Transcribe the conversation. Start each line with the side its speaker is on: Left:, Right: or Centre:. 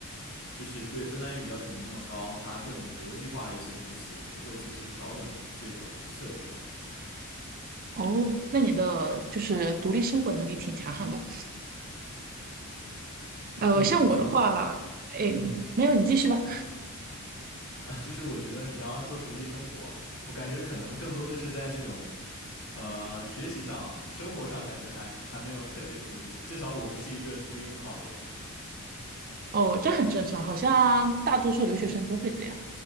Left: 就是对芬兰语要求没那么高，它更国际化的一些公司，我会及时调整这种策略。
Right: 哦，那你的就是独立生活能力挺强悍的。呃，
Left: 对，
Right: 像我的话，
Left: 我觉得，
Right: 哎，
Left: 嗯，
Right: 没有，你继续吧。
Left: 啊，就是我觉得你刚刚说独立生活，我感觉可能更多的是在这种，呃，学习上啊，生活上感觉还还没有特别独立，至少我不是一个厨艺很好的人。
Right: 哦，这很正常，好像大多数留学生都会这样。